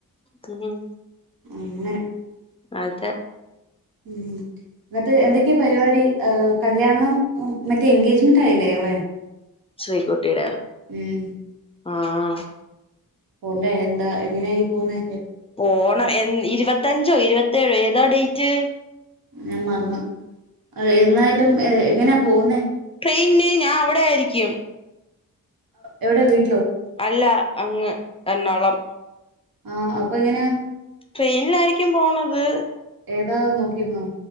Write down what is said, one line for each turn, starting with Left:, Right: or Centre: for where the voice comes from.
Left: <unintelligible>
Right: <unintelligible>
Left: അതെ
Right: ഉം അങ്ങട്ട് എന്തൊക്കെയ പരിപാടി കല്യാണം മറ്റേ എൻഗേജ്മെന്റ് ആയില്ലേ എവിടെ.
Left: ശ്രീകുട്ടിയുടെ.
Right: ഉം.
Left: ആഹ്.
Right: പോണ്ടേ എന്താ എങ്ങനെയായി പോന്നെ.
Left: പോണം ഇരുപത്തഞ്ചോ ഇരുപത്തേഴോ ഏ എതാ ഡേയിറ്റ്
Right: ഞാൻ മറന്ന് എന്നായാലും ഏ ഇങ്ങനെ പോകുന്നെ
Left: ട്രെയിനിന് ഞാൻ അവിടെ ആയിരിക്കും.
Right: എവിടെ വീ
Left: അല്ല അങ്ങ് എറണോളം.
Right: ആഹ അപ്പൊ എങ്ങനെയാ
Left: ട്രെയിനിലായിരിക്കും പോണത്.
Right: ഏതാ നോക്കിരുന്നോ.